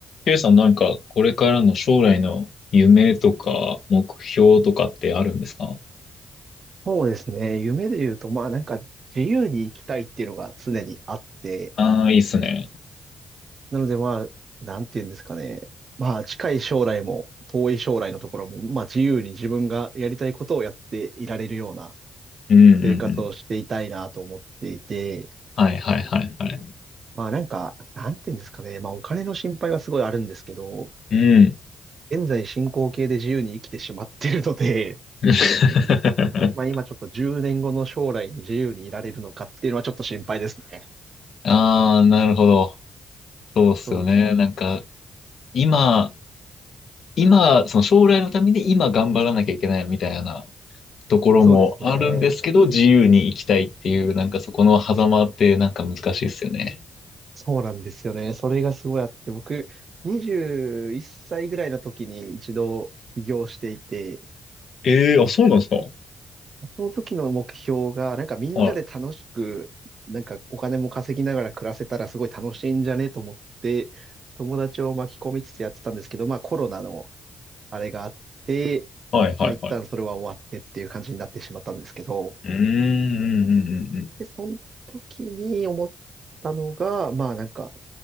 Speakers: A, on the left (about 65°); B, on the right (about 55°).
A: ケイさんなんか、これからの将来の夢とか目標とかってあるんですか
B: そうですね。夢で言うと、まあなんか自由に生きたいっていうのが常にあって、
A: ああー、いいっすね。
B: なのでまあ、なんて言うんですかね。まあ近い将来も遠い将来のところも、まあ自由に自分がやりたいことをやっていられるような
A: うんうんうん。
B: 生活をしていたいなと思っていて、
A: はいはいはいはい。
B: まあなんか、なんて言うんですかね。まあお金の心配はすごいあるんですけど、
A: うん。
B: 現在進行形で自由に生きてしまってるので、
A: <laughs>
B: <laughs> まあ今ちょっと10年後の将来に自由にいられるのかっていうのはちょっと心配ですね。
A: ああ、なるほど。そうっすよね。
B: そうです。
A: なんか、今、今、その将来のために今頑張らなきゃいけないみたいなところもあるんですけど、
B: そうですね。
A: 自由に生きたいっていう、なんかそこの狭間ってなんか難しいっすよね。
B: そうなんですよね。それがすごいあって、僕、21歳ぐらいの時に一度起業していて、
A: ええーあ、そうなんですか。は
B: その時の目標が、なんかみんなで楽しく、
A: い、
B: なんかお金も稼ぎながら暮らせたらすごい楽しいんじゃねと思って、友達を巻き込みつつやってたんですけど、まあコロナのあれがあって、
A: はい、はい、
B: まあ一旦それは終わってっていう感じになってしまったんですけど、
A: はい。うーん、うん、うん、うん。
B: で、その時に思ったのが、まあなんか、